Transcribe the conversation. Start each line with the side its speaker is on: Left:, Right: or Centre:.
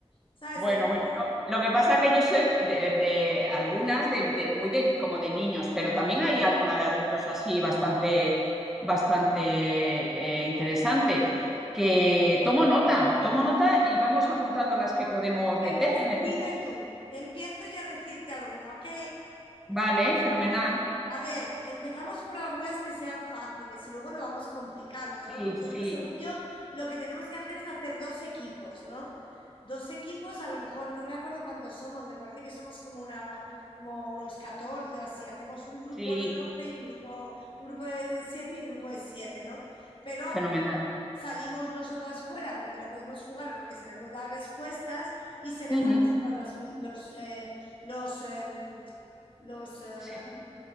Left: ¿sabes?
Centre: Bueno,
Left: Entonces,
Centre: bueno, yo lo que pasa es que yo sé de, de algunas de, de- muy de, como de niños, pero también hay alguna de adultos así bastante bastante eh, interesante que tomo nota, tomo nota y vamos apuntando las que podemos
Left: venga,
Centre: meter
Left: escribe
Centre: en el concurso.
Left: tú. Empiezo yo a decirte alguna, ¿ok?
Centre: Vale, fenomenal.
Left: A ver, empezamos por algunas que sean fáciles y luego lo vamos complicando,
Centre: Sí,
Left: ¿no? Porque
Centre: sí,
Left: yo, según yo, lo que tenemos que hacer es hacer dos equipos, ¿no? Dos equipos, a lo mejor no me acuerdo cuántos somos, me parece que somos como una, como unos 14 o así. Hacemos un grupo
Centre: sí,
Left: de 12 y un grupo, un grupo de 7 y un grupo de 7, ¿no? Pero
Centre: fenomenal.
Left: salimos nosotras fuera porque no podemos jugar, porque sabemos dar respuestas y seremos
Centre: Ujú,
Left: nosotras las ju- los, eh, los, em, los, eh,
Centre: Sí, sí,